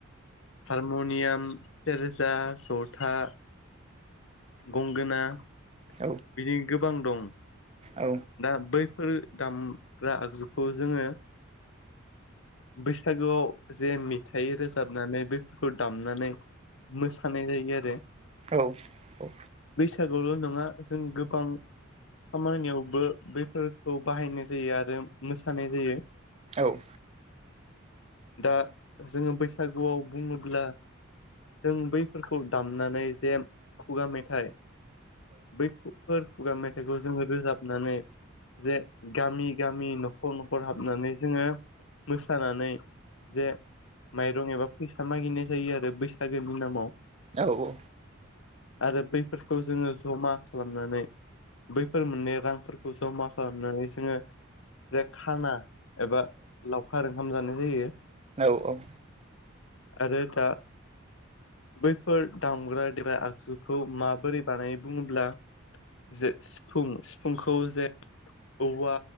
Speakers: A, on the left; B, on the right.
A: हारम'नियाम सेरजा जथा गंगोनां।
B: औ
A: बिदि गोबां दं।
B: औ
A: दा बैफोर दामग्रा आगजुखौ जोङो बैसागोआव जे मेथाइ रोजाबनानै बैफोरखौ दामनानै मोसानाय जायो आरो।
B: औ-औ।
A: बैसागुल' नङा जों गोबां खामानियावबो बैफोरखौ बाहायनाय जायो आरो मोसानाय जायो।
B: औ
A: दा जोङो बैसागुआव बुङोब्ला जों बैफोरखौ दामनानै जे खुगा मेथाइ बैफोर खुगा मेथाइखौ जोङो रोजाबनानै जे गामि गामि न'खर-न'खर हाबनानै जोङो मोसानानै जे माइरं एबा फैसा मागिनाय जायो आरो बैसागोनि नामाव।
B: औ <unintelligible>
A: आरो बैफोरखौ जोङो जमा खालामनानै बैफोर मोननाय रांफोरखौ जमा खालामनानै जोङो जाय खाना एबा लावखार ओंखाम जानाय जायो।
B: औ औ।
A: आरो दा बैफोर दामग्रा-देग्रा आगजुखौ माबोरै बानायो बुङोब्ला जे सिफुं सिफुंखौ जे औवा